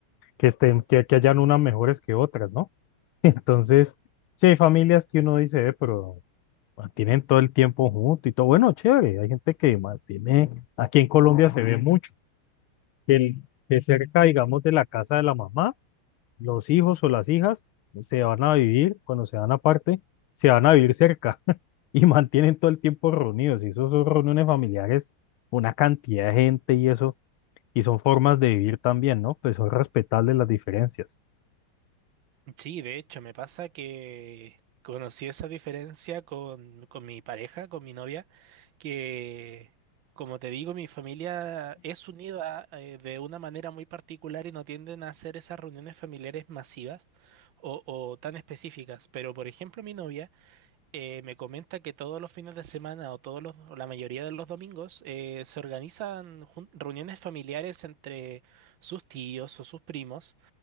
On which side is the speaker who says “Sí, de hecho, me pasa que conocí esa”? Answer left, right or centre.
Right